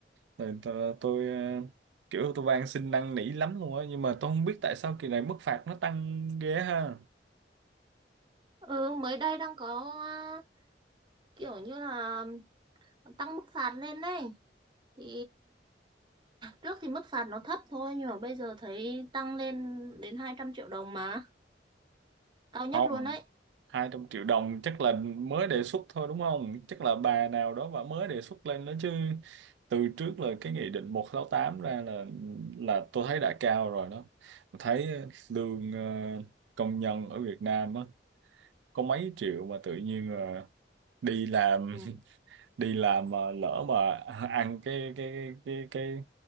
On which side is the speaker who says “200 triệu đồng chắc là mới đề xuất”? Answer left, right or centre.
Right